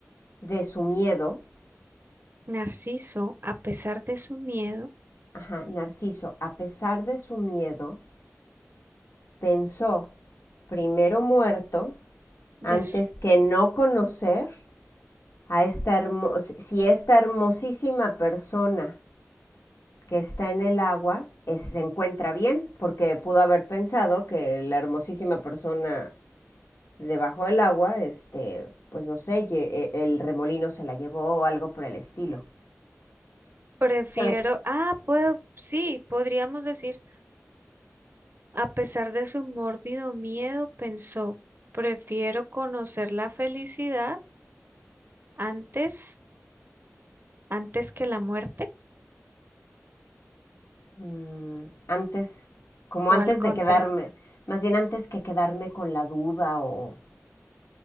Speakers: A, on the left (about 80°); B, on the right (about 50°).
A: de su miedo.
B: Narciso, a pesar de su miedo,
A: Ajá, Narciso, a pesar de su miedo, pensó primero muerto
B: de
A: antes
B: su-
A: que no conocer a esta hermos si si esta hermosísima persona que está en el agua es- se encuentra bien, porque pudo haber pensado que la hermosísima persona debajo del agua, este, pues no sé, lle- e- el remolino se la llevó o algo por el estilo.
B: prefiero...
A: Se le-
B: Ah, puedo... Sí, podríamos decir, a pesar de su mórbido miedo, pensó, prefiero conocer la felicidad antes, antes que la muerte.
A: Mm, antes, como
B: o
A: antes
B: al contra,
A: de quedarme, más bien antes que quedarme con la duda o